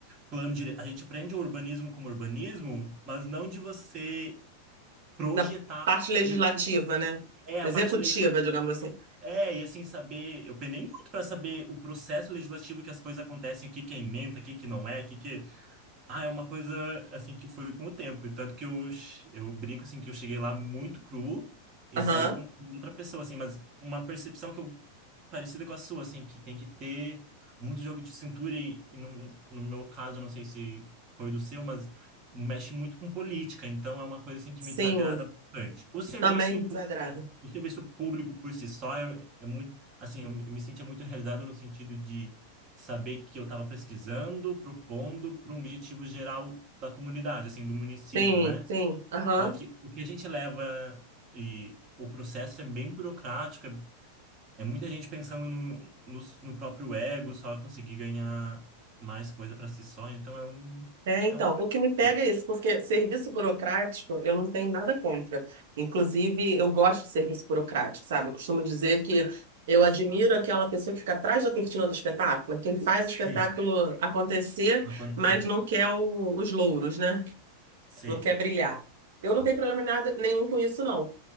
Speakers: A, on the right; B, on the right.
A: plano dire... A gente aprende o urbanismo como urbanismo, mas não de você projetar
B: da parte legislativa,
A: isso.
B: né?
A: É a
B: Executiva,
A: parte legislativa.
B: digamos assim.
A: É, e assim, saber. Eu penei muito para saber o processo legislativo que as coisas acontecem, o que que é emenda, o que que não é, o que que. é. Ah, é uma coisa, assim, que foi com o tempo. E tanto que eu, eu brinco, assim, que eu cheguei lá muito cru e
B: Aham.
A: saí com outra pessoa, assim, mas uma percepção que eu parecida com a sua, assim, que tem que ter muito jogo de cintura e, e no, no meu caso, não sei se foi do seu, mas mexe muito com política, então é uma coisa assim que
B: Sim,
A: me desagrada bastante. O serviço
B: também
A: em
B: desagrado.
A: pu- o serviço público por si só é, é muito, assim, eu, me eu me sentia muito realizado no sentido de saber que eu estava pesquisando, propondo para um objetivo geral da comunidade, assim, do município,
B: Sim,
A: né?
B: sim. Aham.
A: Só que o que a gente leva e o processo é bem burocrático, é é muita gente pensando no, no, no próprio ego, só conseguir ganhar mais coisa para si só. Então é um,
B: É, então,
A: é um
B: o que me pega
A: isso.
B: é isso, porque serviço burocrático eu não tenho nada contra. Inclusive, eu gosto de serviço burocrático, sabe? Eu costumo dizer que eu admiro aquela pessoa que fica atrás da cortina do espetáculo, quem faz o espetáculo
A: Sim,
B: acontecer,
A: acontecer.
B: mas não quer o- os louros, né?
A: Sim,
B: Não quer brilhar. Eu não tenho problema nada, nenhum com isso, não.